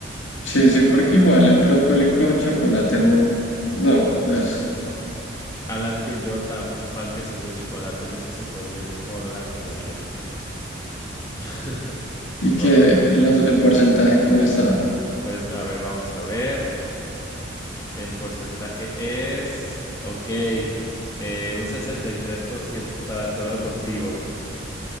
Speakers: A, on the left; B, on the left.
A: Sí, sí, porque igual el brócoli con chocolate no, no, gas.
B: A las que yo, tan fan que soy del chocolate, no sé si podría nunca volver a comerlo. <laughs>
A: Y que
B: Ok,
A: los- el porcentaje, ¿cómo está?
B: pues a ver, vamos a ver. El porcentaje es, ok, eh, un 63% está de acuerdo contigo.